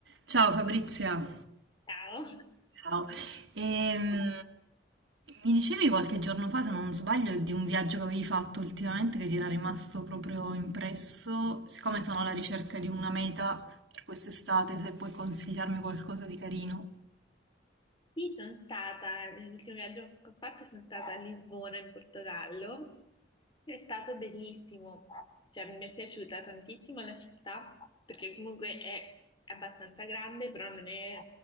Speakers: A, on the right; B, on the left.
A: Ciao Fabrizia,
B: Ciao,
A: Ciao. Ehm, mi dicevi qualche giorno fa, se non sbaglio, di un viaggio che avevi fatto ultimamente che ti era rimasto proprio impresso. Siccome sono alla ricerca di una meta per quest'estate, se puoi consigliarmi qualcosa di carino.
B: sì, sono stata, l'ultimo viaggio che ho fatto sono stata a Lisbona in Portogallo, è stato bellissimo, cioè mi è piaciuta tantissimo la città perché comunque è abbastanza grande, però non è